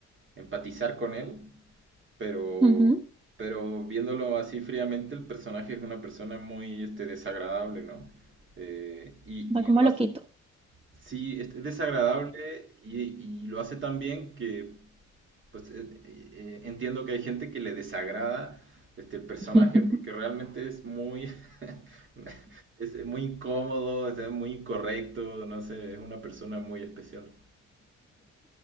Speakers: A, on the right; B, on the right.
A: empatizar con él Pero,
B: Ujú,
A: pero viéndolo así fríamente, el personaje es una persona muy este, desagradable, ¿no? Eh, y,
B: Va como
A: y lo
B: loquito.
A: hace, sí, es desagradable y, y lo hace tan bien que, pues, eh, eh, entiendo que hay gente que le desagrada este, el personaje,
B: <laughs>
A: porque realmente es muy, <laughs> es muy incómodo, es muy incorrecto, no sé, es una persona muy especial.